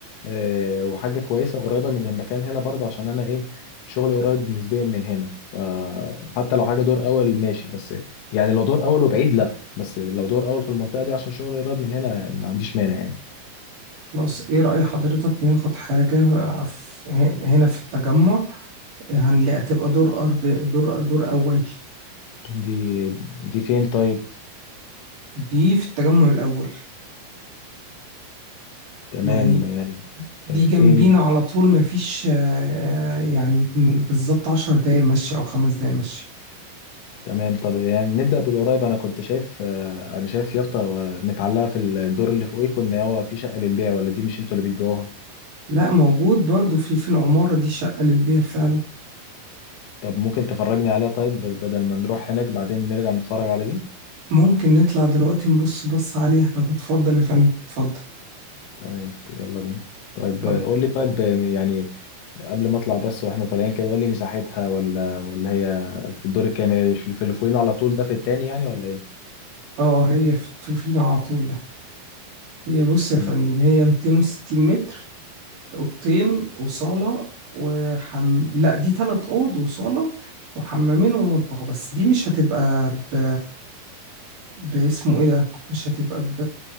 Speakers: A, on the left; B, on the right.
A: آه، وحاجة كويسة قريبة من المكان هنا برضه عشان أنا إيه شغلي قريب نسبيا من هنا فحتى لو حاجة دور أول ماشي بس يعني لو دور أول وبعيد لأ بس لو دور أول في المنطقة دي عشان شغلي قريب من هنا ما عنديش مانع يعني
B: خلاص ايه رأي حضرتك ناخد حاجة في هنا في التجمع هنلاقي هتبقى دور أرض دور أرض دور أول
A: دي دي فين طيب
B: دي في التجمع الأول
A: تمام
B: يعني
A: يعني
B: دي
A: آه،
B: جنبينا
A: فين
B: على طول مفيش آه، يعني بالظبط عشر دقايق مشي أو خمس دقايق مشي
A: تمام طب يعني نبدأ بالقريب أنا كنت شايف آه، أنا شايف يافطة و- متعلقة في الدور اللي فوقيه كنا هو في شقة للبيع ولا دي مش أنتوا اللي بتبيعوها
B: لا موجود برضو في في العمارة دي شقة للبيع فعلا
A: طب ممكن تفرجني عليها طيب بدل ما نروح هناك بعدين نرجع نتفرج على دي
B: ممكن نطلع دلوقتي نبص بص عليها طب اتفضل يا فندم اتفضل
A: تمام يلا بينا طيب
B: طب
A: آه، قول لي طيب آه، يعني قبل ما اطلع بس واحنا طالعين كده قول لي مساحتها ولا ولا هي في الدور الكام هي في في اللي فوقينا على طول ده في التاني يعني ولا ايه
B: اه هي في الفيل على طول ده هي بص يا
A: تمام.
B: فندم هي 260 متر اوضتين وصالة وحم لا دي تلات اوض وصالة وحمامين ومطبخ بس دي مش هتبقى ب... باسمه ايه ده مش هتبقى ب...